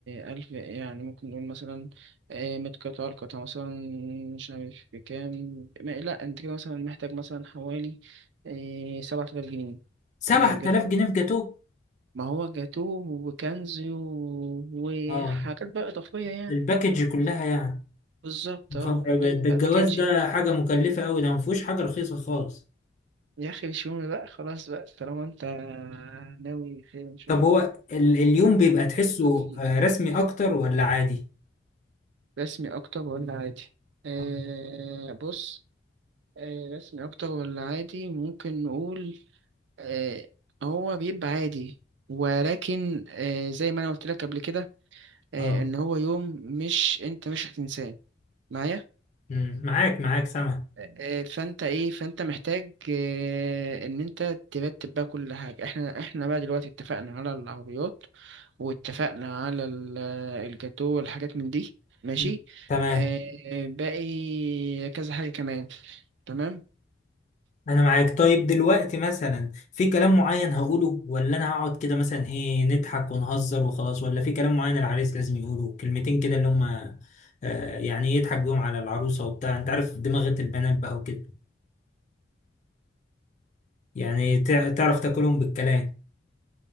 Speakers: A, on the right; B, on the left.
A: الف يعني ممكن نقول مثلا آه مية قطعة القطعة مثلا مش عارف بكام ما- لا انت كده مثلا محتاج مثلا حوالي آه سبعة آلاف جنيه
B: 7000
A: آه، جت
B: جنيه في جاتوه
A: ما هو جاتوه وكنز و- وحاجات
B: اه
A: بقى إضافية يعني
B: الباكج كلها يعني
A: بالظبط
B: يا
A: اه
B: خبر
A: اللي
B: أبيض
A: هي
B: ده
A: بقى
B: الجواز
A: باكج
B: ده حاجة مكلفة أوي ده مفهوش حاجة رخيصة خالص
A: يا أخي مش مهم بقى خلاص بقى طالما أنت ناوي خير إن شاء
B: طب
A: الله
B: هو ال- اليوم بيبقى تحسه
A: بالتوفيق
B: آه، رسمي أكتر ولا عادي؟
A: رسمي أكتر ولا عادي؟ آه
B: اه
A: بص آه رسمي أكتر ولا عادي ممكن نقول آه هو بيبقى عادي ولكن آه زي ما أنا قلت لك قبل كده آه
B: آه.
A: إن هو يوم مش أنت مش هتنساه معايا؟
B: مم. معاك معاك سامع
A: آه، فانت ايه فانت محتاج آه، ان انت ترتب بقى كل حاجه احنا احنا بقى دلوقتي اتفقنا على العربيات واتفقنا على ال- الجاتو والحاجات من دي ماشي
B: مم. تمام
A: آه، باقي كذا حاجه كمان تمام
B: أنا معاك طيب دلوقتي مثلا في كلام معين هقوله ولا أنا هقعد كده مثلا إيه نضحك ونهزر وخلاص ولا في كلام معين العريس لازم يقوله كلمتين كده اللي هما آه، يعني يضحك بيهم على العروسة وبتاع أنت عارف دماغة البنات بقى وكده يعني تع- تعرف تاكلهم بالكلام